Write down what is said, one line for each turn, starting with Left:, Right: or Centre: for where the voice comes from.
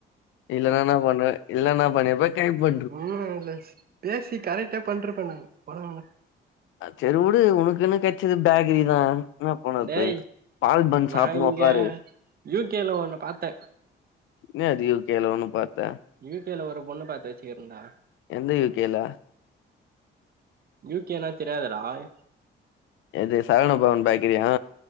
Left: இல்லனா என்ன பண்ணுவ இல்லனா என்னா பண்ணிருப்ப கை பு
Right: ம் இல்ல பேசி கரெட்டே பண்ருப்ப நானு போங்கடா
Left: செரி உடு உனுக்குன்னு கெச்சது பேக்ரிதா என்ன பண்ணறது
Right: டேய்
Left: பால் பன்
Right: நா
Left: சாப்புணு
Right: இங்க
Left: உக்காரு
Right: யூ கே ல ஒன்னு பாத்தே
Left: இன்னா அது ஒ கைல ஒன்னு பாத்த
Right: யூ கே ல ஒரு பொண்ண பாத்து வச்சிக்கிறண்டா
Left: எந்த யூ கே ல
Right: யூ கே னா தெரியாதராய்
Left: எது சரவண பவன் பேக்கிறியா